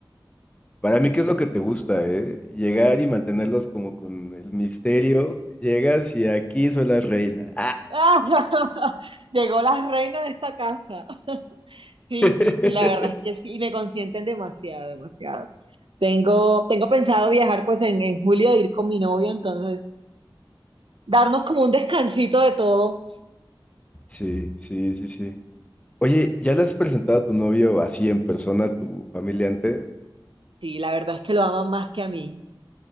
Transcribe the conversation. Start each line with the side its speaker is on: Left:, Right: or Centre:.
Left: Para mí, ¿qué es lo que te gusta, eh? Llegar y mantenerlos como con el misterio. Llegas y aquí soy la reina.
Right: <laughs> Llegó la reina de esta casa. Sí,
Left: <laughs>
Right: sí, sí, la verdad es que sí, me consienten demasiado, demasiado. Tengo, tengo pensado viajar pues en, en julio, ir con mi novio, entonces darnos como un descansito de todo.
Left: Sí, sí, sí, sí. Oye, ¿ya le has presentado a tu novio así en persona a tu familia antes?
Right: Sí, la verdad es que lo aman más que a mí.